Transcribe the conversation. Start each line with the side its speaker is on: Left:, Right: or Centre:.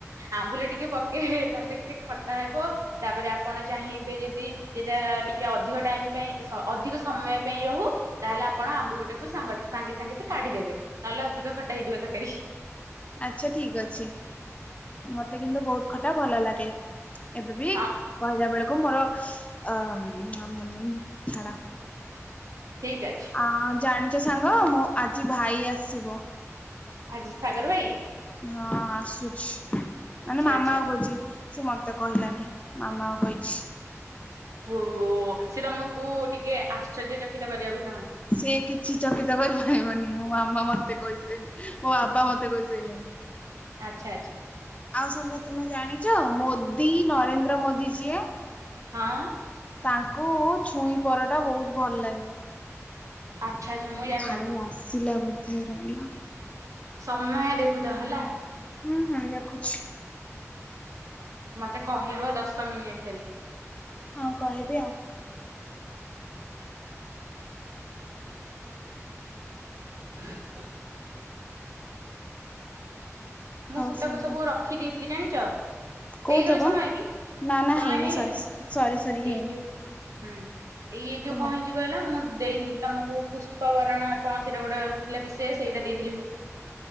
Right: ଆମ୍ବୁଲ ଟିକେ ପ ସେ ତାପରେ କିଛି ଖଟା ହେବ, ତାପରେ ଆପଣ ଚାହିଁବେ ଯଦି ଯେଟା ଟିକେ ଅଧିକ ଟାଇମ୍ ପାଇଁ ସ ଅଧିକ ସମୟ ପାଇଁ ରହୁ, ତାହେଲେ ଆପଣ ଆମ୍ବୁଲ ଟାକୁ ସାଙ୍ଗରେ ସାଙ୍ଗେ ସାଙ୍ଗେ ସେ କାଢିଦବେ ନ ତାଲେ ଅଧିକ ଖଟା ହେଇଯିବ ତରକାରୀ।
Left: ଆଚ୍ଛା ଠିକ୍ ଅଛି ମତେ କିନ୍ତୁ ବହୁତ ଖଟା ଭଲ ଲାଗେ। ଏବେ ବି
Right: ହଁ
Left: କହିଲା ବେଳ କୁ ମୋର ଅ ଅମ ନମ‌ ଝାଡ
Right: ଠିକ ଅଛି
Left: ଆ ଜାଣିଛ ସାଙ୍ଗ ମୁଁ ଆଜି ଭାଇ ଆସିବ।
Right: ଆଜିି ସାଗର ଭାଇ!
Left: ହଁ ଆସୁଛି
Right: ଆଚ୍ଛା
Left: ମାନେ ମାମା
Right: ଆଚ୍ଛା
Left: କହୁଛି ସେ ମତେ କହିଲାନି। ମାମା କୁ କହିଛି।
Right: ଓହୋ ସେ ତମକୁ ଟିକେ ଆଶ୍ଚର୍ଯ୍ୟ ଚକିତ କରିଆକୁ
Left: ସିଏ କିଛି ଚକିତ କରିପାରିବନି। ମୋ ମାମା ମତେ କହିସାଇଲେ ମୋ ବାବା ମତେ କହିସାଇଲେଣି
Right: ଆଚ୍ଛା ଆଚ୍ଛା।
Left: ଆଉ ସାଙ୍ଗ ତୁମେ ଜାଣିଛ ମୋଦି ନରେନ୍ଦ୍ର ମୋଦି ଯିଏ।
Right: ହଁ।
Left: ତାଙ୍କୁ ଛୁଇଁପରଟା ବହୁତ ଭଲ ଲାଗେ।
Right: ଆଚ୍ଛା ଆଚ୍ଛା ମୁଁ ଜାଣିନଥିଲି।
Left: ଭାଇ ଆସିଲା ବୋଧେ ରହିଲ
Right: ସମୟ ଦେଖୁଥାଅ ହେଲା।
Left: ହୁଁ ହୁଁ ଦେଖୁଛି
Right: ମତେ କହିବ ଦଶ ମିନିଟ ହେଲେ।
Left: ହଁ କହିବି ଆଉ।
Right: <inaudible> ମୁଁ
Left: ହଉ
Right: ସେତକ
Left: ସାଙ୍ଗ
Right: ସବୁ ରଖିଦେଇଥିଲି ଜାଣିଛ!
Left: କହୁଥବ
Right: ହେଇଗଲା ସମୟ କି
Left: ନା ନା
Right: ସମୟ
Left: ହେଇନି
Right: ହେଇଗଲା
Left: ସରି ସରି ସରି ହେଇନି
Right: ଏଇ ଯୋଉ ହୁଁ ଇଏ ଯୋଉ
Left: କୁହ
Right: କଣ ହେଇଚି କହିଲା ମୁଁ ଦେଇଥିଲି ତମକୁ ପୁଷ୍ପ ବରାଣ କଣ ସେଇଟା ଗୋଟେ ଥିଲା ବିଷେୟ ସେଇଟା ଦେଇଥିଲି ହଉ।